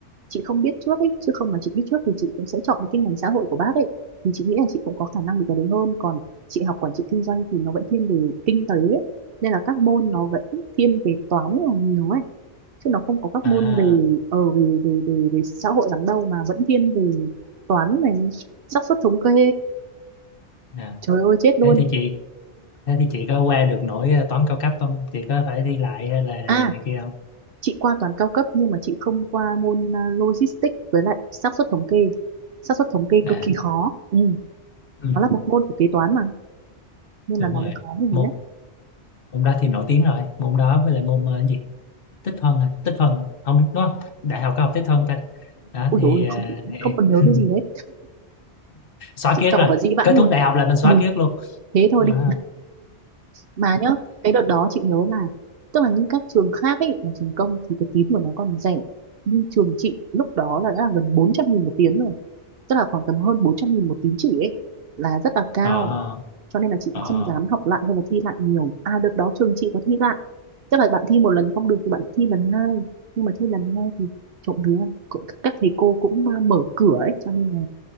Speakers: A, on the right; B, on the left.
A: chị không biết trước ấy chứ không mà chị biết trước thì chị cũng sẽ chọn những cái ngành xã hội của bác ấy thì chị nghĩ là chị cũng có khả năng được cái đấy hơn còn chị học quản trị kinh doanh thì nó vẫn thiên về kinh tế ấy. nên là các môn nó vẫn thiên về toán là nhiều ấy chứ nó không có các
B: à,
A: môn về ở về về về về xã hội lắm đâu mà vẫn thiên về toán này xác suất thống kê
B: à
A: trời ơi chết luôn
B: thế thì chị thế thì chị có qua được nổi ờ, toán cao cấp không chị có phải thi lại hay là
A: à
B: này kia không
A: chị qua toán cao cấp nhưng mà chị không qua môn à, logistics với lại xác suất thống kê xác suất thống kê
B: à
A: cực kỳ khó ừ.
B: ừ,
A: nó là một môn của kế toán mà nên
B: đúng
A: là nó
B: rồi
A: mới khó mình
B: môn
A: nhé
B: môn đó thì nổi tiếng rồi môn đó với lại môn ờ, cái gì tích phân à tích phân à? không biết đúng không đại học có học tích phân ta đó
A: ui
B: thì
A: dồi ôi, không không còn nhớ
B: ờ, <laughs>
A: cái gì hết
B: xóa
A: chị
B: ký ức
A: cho
B: rồi
A: vào dĩ vãng
B: kết
A: luôn
B: thúc đại học là mình
A: ừ
B: xóa ký ức luôn
A: thế thôi đi
B: à,
A: mà nhá cái đợt đó chị nhớ là tức là như các trường khác ấy là trường công thì cái tín của nó còn rẻ nhưng trường chị lúc đó là đã là gần 400 nghìn một tín rồi tức là khoảng tầm hơn 400 nghìn một tín chỉ ấy là rất là cao
B: ờ
A: cho nên là chị
B: ờ
A: cũng không
B: ờ.
A: dám học lại hay là thi lại nhiều à đợt đó trường chị có thi lại chắc là bạn thi một lần không được thì bạn thi lần hai nhưng mà thi lần hai thì trộm vía cũng các thầy cô cũng à, mở cửa ấy cho nên là